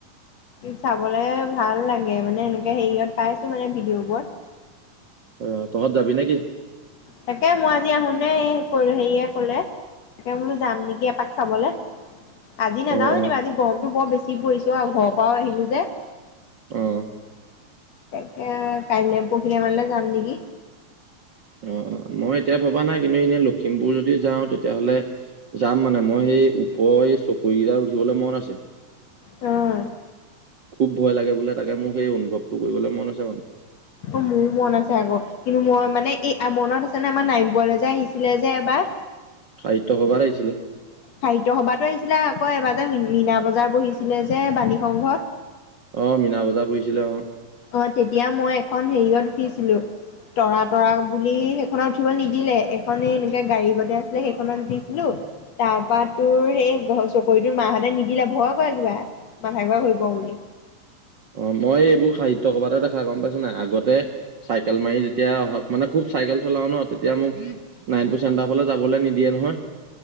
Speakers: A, on the left (about 65°); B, on the right (about 60°).
A: চাবলে ভাল লাগে মানে এনেকে হেৰিয়ত পাইছোঁ মানে ভিডিঅ'বোৰত।
B: অ', তহঁত যাবি নেকি?
A: তাকে, মই আজি আহোতে <unintelligible> হেৰিয়ে ক'লে তাকে, বোলো যাম নেকি এপাক চাবলে। আজি নাযাওঁ
B: অ অ
A: যেনিবা আজি গৰমতো বৰ বেছি পৰিছে অ', ঘৰৰ পৰায়ো আহিলোঁ যে
B: অ'।
A: এ, কাইলৈ, পৰহিলৈ মানলে যাম নিকি।
B: অ', অ', মই এতিয়া ভবা নাই কিন্তু এনেই লখিমপুৰ যদি যাওঁ তেতিয়াহ'লে যাম মানে মই এই উপৰৰ এই চকৰীকেইটাত উঠিবলৈ মন আছে।
A: অ'।
B: খুব ভয় লাগে বোলে তাকে মোৰ সেই অনুভৱটো কৰিবলৈ মন আছে বাৰু।
A: অ' মোৰো মন আছে আকৌ কিন্তু মই মানে এই মনত আছে নে আমাৰ নামঘৰলৈ যে আহিছিলে যে এবাৰ
B: সাহিত্য সভাত আহিছিলে
A: সাহিত্য সভাতো আহিছিলে আকৌ এবাৰ মীনা বজাৰ বহিছিলে যে বাণী সংঘত।
B: অ' মীনা বজাৰ বহিছিলে অ'
A: অ' তেতিয়া মই এখন হেৰিয়ত উঠিছিলো তৰা তৰা বুলি সেইখনত উঠিব নিদিলে, এখননে এনেকে গাড়ী গতে আছিলে সেইখনত উঠিছিলো। তাৰপা তোৰ সেই চকৰি তোৰ মাহঁতে নিদিলে ভয় কৰে কিবা। ঘূৰাই হৈ পৰো বুলি
B: অ' মই এইবোৰ সাহিত্য সভাত তই এটা কথা গম পাইছ নাই, আগতে চাইকেল মাৰি যেতিয়া মানে খুব চাইকেল চলাও ন তেতিয়া মোক <unintelligible> চেণ্টাৰ ফালে যাবলৈ নিদিয়ে নহয়।